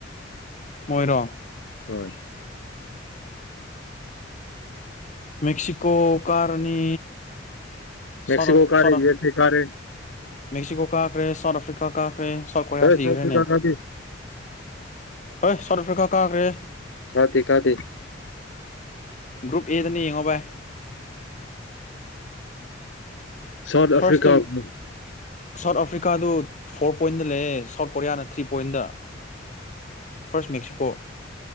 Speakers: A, on the left; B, on the left.
A: ꯃꯣꯏꯔꯣ
B: ꯍꯣꯏ
A: ꯃꯦꯛꯁꯤꯀꯣ ꯀꯥꯔꯅꯤ ꯁꯥꯎꯠ
B: ꯃꯦꯛꯁꯤꯀꯣ ꯀꯥꯔꯦ
A: ꯁꯥꯎꯠ
B: ꯌꯨ ꯑꯦꯁ ꯑꯦ ꯀꯥꯔꯦ
A: ꯃꯦꯛꯁꯤꯀꯣ ꯀꯥꯈ꯭ꯔꯦ ꯁꯥꯎꯠ ꯑꯐ꯭ꯔꯤꯀꯥ ꯀꯥꯈ꯭ꯔꯦ ꯁꯥꯎꯠ ꯀꯣꯔꯤꯌꯥ
B: ꯑꯦ
A: ꯁꯤꯈ꯭ꯔꯦꯅꯦ
B: ꯑꯐ꯭ꯔꯤꯀꯥ ꯀꯥꯗꯦ
A: ꯍꯣꯏꯠ ꯁꯥꯎꯠ ꯑꯐ꯭ꯔꯤꯀꯥ ꯀꯥꯈ꯭ꯔꯦ
B: ꯀꯥꯗꯦ ꯀꯥꯗꯦ
A: ꯒ꯭ꯔꯨꯞ ꯑꯦꯗꯅꯦ ꯌꯦꯡꯉꯣ ꯚꯥꯏ
B: ꯁꯥꯎꯠ
A: ꯐꯥꯔꯁꯇ
B: ꯑꯐ꯭ꯔꯤꯀꯥ ꯃꯨ
A: ꯁꯥꯎꯠ ꯑꯥꯐ꯭ꯔꯤꯀꯥꯗꯨ ꯐꯣꯔ ꯄꯣꯏꯟꯗ ꯂꯩꯌꯦ ꯁꯥꯎꯠ ꯀꯣꯔꯤꯌꯥꯅ ꯊ꯭ꯔꯤ ꯄꯣꯏꯟꯗ ꯐꯥ꯭ꯔꯁ ꯃꯦꯛꯁꯤꯀꯣ